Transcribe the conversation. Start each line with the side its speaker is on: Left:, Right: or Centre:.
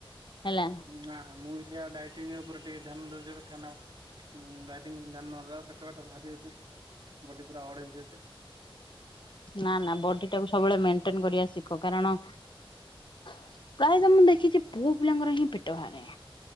Left: ହେଲା
Right: ନା ମୁଁ ବି ସେଇଆ ଡାଇଟିଂ ଉପରେ ଟିକେ ଧ୍ୟାନ ଦଉଚି ଏବେ କାହିଁକି ନା ଡାଇଟିଂ ଧ୍ୟାନ ନ ଦେବା ପେଟ ପେଟ ବାହାରି ହେଉଛି ବଡ଼ି ପୁରା ଅଡ଼୍ ହେଇଯାଉଚି।
Left: ନା ନା ବଡି ଟାକୁ ସବୁବେଳେ ମେଣ୍ଟେନ କରିବା ଶିଖ କାରଣ ପ୍ରାୟ ତ ମୁଁ ଦେଖିଛି ପୁଅ ପିଲାଙ୍କର ହିଁ ପେଟ ବାହାରେ।